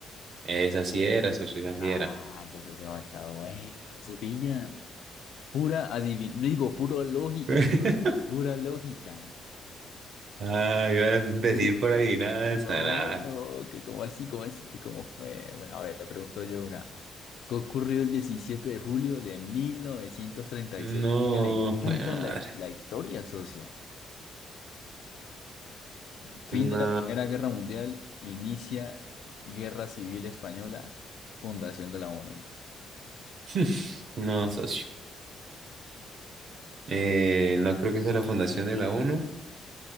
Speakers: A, on the right; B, on the left.
A: Esa sí era, socio, esa sí
B: Ah,
A: era.
B: yo soy demasiado bueno, se pilla. Pura adivin... no digo, pura lógica,
A: <laughs>
B: pura lógica.
A: Ah, iba a
B: <laughs>
A: decir por adivinanza,
B: No,
A: nada.
B: no, que como así, como así, que cómo fue. Bueno, a ver, le pregunto yo una. ¿Qué ocurrió el 17 de julio de 1936?
A: No,
B: Que le encanta
A: bueno, madre.
B: la, la historia, socio. Fin
A: No,
B: de la Primera Guerra Mundial, inicia Guerra Civil Española, fundación de la ONU.
A: <laughs> no, socio. Eh, no creo que sea la fundación de la ONU